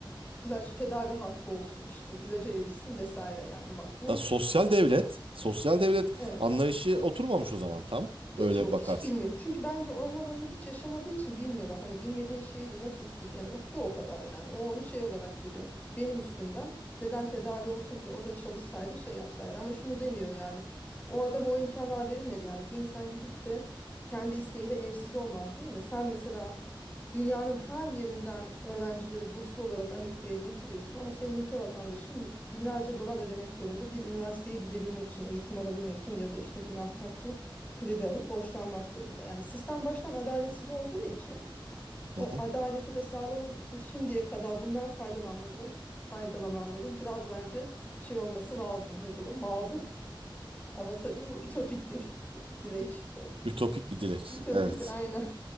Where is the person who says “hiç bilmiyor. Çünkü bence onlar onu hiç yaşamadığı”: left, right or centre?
Left